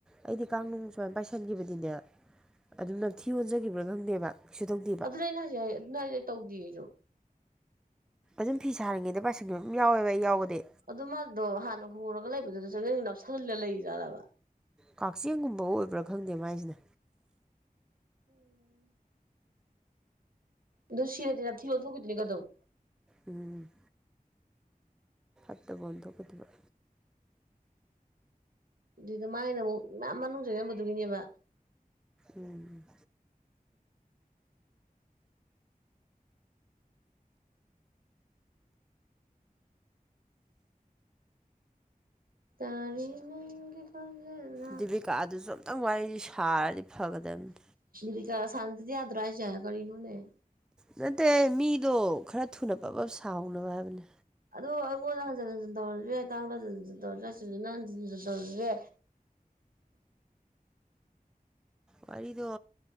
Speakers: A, in the centre; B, on the right.
A: ꯑꯩꯗꯤ ꯀꯥꯡꯅꯨꯡ ꯁꯨꯃꯥꯏꯅ ꯄꯥꯏꯁꯟꯈꯤꯕꯗꯤꯅꯦ ꯑꯗꯨꯝ ꯅꯝꯊꯤ ꯑꯣꯣꯟꯖꯈꯤꯕ꯭ꯔꯥ ꯈꯪꯗꯦꯕ ꯀꯩꯁꯨ ꯇꯧꯗꯦꯕ
B: ꯑꯗꯨꯗ ꯑꯩꯅ ꯍꯧꯖꯤꯛ ꯑꯗꯨꯗ ꯑꯩ ꯇꯧꯗꯦꯁꯨ
A: ꯑꯗꯨꯝ ꯐꯤ ꯁꯥꯔꯅꯤꯡꯉꯦꯗ ꯄꯥꯔꯁꯟꯒꯤ ꯑꯗꯨꯝ ꯌꯥꯎꯋꯦꯕ ꯑꯩ ꯌꯥꯎꯒꯗꯤ
B: ꯑꯗꯨ ꯃꯥꯗꯣ ꯍꯥꯟꯅ ꯍꯨꯔꯒ ꯂꯩꯕꯗꯨꯗ ꯆꯌꯦꯡ ꯅꯞꯁꯤꯜꯂ ꯂꯩꯖꯥꯕ
A: ꯀꯛꯆꯤꯡꯒꯨꯝꯕ ꯑꯣꯏꯕ꯭ꯔꯥ ꯈꯪꯗꯦ ꯃꯥꯏꯁꯤꯅꯦ
B: ꯎꯝ ꯑꯗꯣ ꯁꯤꯔꯗꯗꯤꯅ ꯊꯤꯕ ꯊꯣꯛꯈꯤꯣꯏꯅꯤꯒ ꯑꯗꯨꯝ
A: ꯎꯝ ꯠꯇꯕꯗ ꯀꯗꯕ
B: ꯑꯗꯨꯏꯗ ꯃꯥꯒꯤꯅ ꯑꯃꯨꯛ ꯌꯥꯝ ꯃꯅꯨꯡ ꯆꯂꯝꯝꯕꯗꯨꯒꯤꯅꯦꯕ
A: ꯎꯝ
B: ꯇꯔꯦ ꯅꯪꯒꯤ ꯈꯣꯟꯖꯦꯜꯅ
A: ꯗꯤꯕꯤꯀꯥ ꯑꯗꯨꯁꯨ ꯑꯝꯇꯪ ꯋꯥꯔꯤꯗꯤ ꯁꯥꯔꯗꯤ ꯐꯒꯗꯝꯕꯅꯤ
B: ꯗꯤ ꯀ ꯁꯥꯟꯗꯗꯤ ꯌꯥꯗ꯭ꯔ ꯍꯥꯏ ꯆꯒ ꯏꯅꯣꯅꯦ
A: ꯅꯠꯇꯦ ꯃꯤꯗꯣ ꯈꯔ ꯊꯨꯅ ꯄꯕ ꯁꯥꯎꯅꯕ ꯍꯥꯏꯕꯅꯦ
B: ꯑꯗꯨꯗꯣ ꯑꯩꯉꯣꯟꯗ ꯍꯟꯖꯤꯟ ꯍꯟꯖꯤꯟ ꯇꯧꯔꯨꯔꯦ ꯇꯥꯡꯗ ꯍꯟ ꯍꯟꯖꯤꯟ ꯇꯧꯔꯁꯤꯔꯦ ꯁꯤꯨꯖꯤꯅ ꯍꯟꯖꯤꯟ ꯍꯟꯖꯤꯟ ꯇꯧꯔꯦ
A: ꯋꯥꯔꯤꯗꯣ